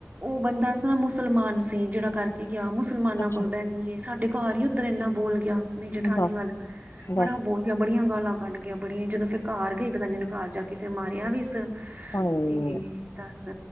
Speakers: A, on the right; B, on the left.
A: ਬੰਦਾ ਸੀ ਮੁਸਲਮਾਨ ਸੀ, ਜਿਹੜਾ ਕਰਕੇ ਗਿਆ ਮੁਸਲਮਾਨਾਂ
B: ਅੱਛਾ
A: ਕੋਲ ਬੈਂਦੀ ਏ ਸਾਡੇ ਘਰ ਹੀ ਉੱਧਰ ਇੰਨਾ ਬੋਲ ਗਿਆ। ਮੇਰੀ ਜੇਠਾਨੀ
B: ਦੱਸ
A: ਵੱਲ ਬੜਾ
B: ਦੱਸ
A: ਬੋਲ ਗਿਆ ਬੜੀਆਂ ਗਾਲਾਂ ਕੱਢ ਗਿਆ ਬੜੀਆਂ, ਜਦੋਂ ਫੇਰ ਘਰ ਗਈ ਪਤਾ ਨੀ ਉਨੂੰ ਘਰ ਜਾ ਕੇ ਫੇਰ ਮਾਰਿਆ ਵੀ ਇਸ
B: ਹਾਏ
A: ਕੀ ਦੱਸ